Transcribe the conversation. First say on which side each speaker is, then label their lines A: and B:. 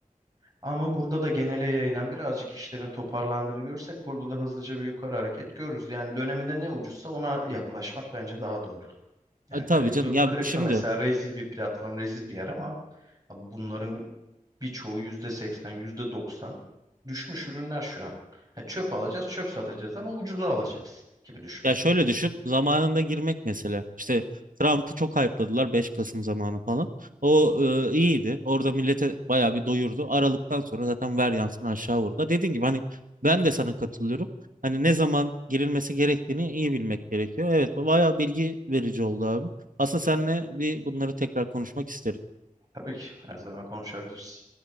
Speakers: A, on the right (about 25°); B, on the right (about 70°).
A: Ama burada da genele yayılan birazcık işlerin toparlandığını görsek burada da hızlıca bir yukarı hareket görürüz. Yani döneminde ne ucuzsa ona yaklaşmak bence daha doğru. Yani
B: E, tabii
A: kripto
B: canım ya
A: kripto
B: şimdi
A: mesela rezil bir platform, rezil bir yer ama abi bunların birçoğu yüzde seksen, yüzde doksan düşmüş ürünler şu an. Ha, çöp alacağız, çöp satacağız ama ucuza alacağız gibi düşünmek
B: Ya şöyle
A: lazım.
B: düşün, zamanında girmek mesela. İşte Trump'ı çok hype'ladılar 5 Kasım zamanı falan. O e, iyiydi. Orada millete bayağı bir doyurdu. Aralıktan sonra zaten ver yansın aşağı vurdu. Dediğim gibi hani ben de sana katılıyorum. Hani ne zaman girilmesi gerektiğini iyi bilmek gerekiyor. Evet, bayağı bilgi verici oldu abi. Aslında seninle bir bunları tekrar konuşmak isterim.
A: Tabii ki her zaman konuşabiliriz.